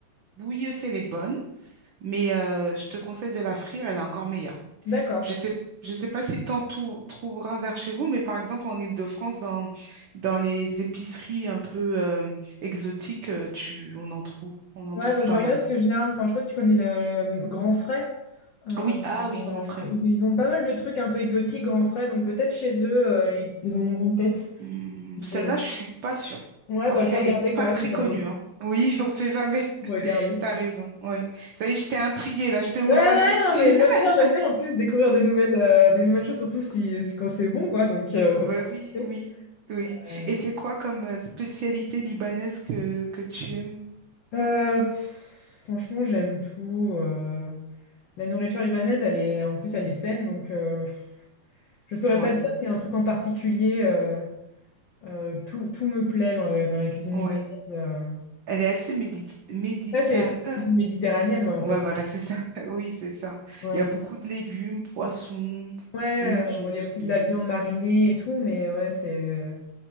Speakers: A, on the right (about 80°); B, on the left (about 85°).
A: bouillie aussi, elle est bonne, mais euh, je te conseille de la frire, elle est encore meilleure.
B: D'accord.
A: Je sais, je sais pas si tu en trouveras vers chez vous, mais par exemple en Île-de-France, dans, dans les épiceries un peu euh, exotiques, euh, tu, on en trouve, on en
B: Ouais,
A: trouve
B: bah,
A: pas
B: je vais regarder
A: mal.
B: parce que généralement, enfin, je sais pas si tu connais le, le Grand Frais. Euh,
A: Oui, ah oui,
B: euh,
A: grand frère, oui.
B: ils ont pas mal de trucs un peu exotiques, Grand Frais, donc peut-être chez eux, euh, ils ils en auront peut-être.
A: Hmm,
B: Je
A: celle-là,
B: vais-
A: je suis pas sûre,
B: Ouais,
A: parce
B: bah, je
A: qu'elle
B: vais regarder
A: est
B: quand
A: pas
B: même,
A: très
B: ça
A: connue,
B: vaut le coup
A: hein. Oui, <laughs> on sait jamais. <laughs>
B: de regarder.
A: T'as raison. Oui. Ça y est, je t'ai intriguée, là, je t'ai ouvert
B: Ouais, ouais,
A: l'appétit.
B: non, mais
A: <laughs>
B: j'aime bien, j'aime bien en plus découvrir des nouvelles, euh, des nouvelles choses, surtout si, si, quand c'est bon, quoi, donc euh, autant
A: Ben oui,
B: tester.
A: oui, oui.
B: Euh,
A: Et c'est quoi comme euh, spécialité libanaise que, que tu aimes?
B: euh, pff, franchement, j'aime tout. euh. La nourriture libanaise, elle est, en plus, elle est saine, donc euh, je saurais
A: Oui,
B: pas te dire s'il y a un truc en particulier. euh, Euh, tout, tout me plaît dans, le- dans la cuisine
A: oui.
B: libanaise. euh.
A: Elle est assez médita... médita...
B: Ouais, c'est c'est la
A: euh,
B: cuisine méditerranéenne, ouais, en
A: Ouais,
B: fait.
A: voilà, c'est ça. <laughs> Oui, c'est ça.
B: Ouais.
A: Il y a beaucoup de légumes, poissons.
B: Ouais,
A: Oui, oui,
B: euh,
A: je me
B: il
A: souviens.
B: y a aussi de la viande marinée et tout, mais ouais, c'est euh,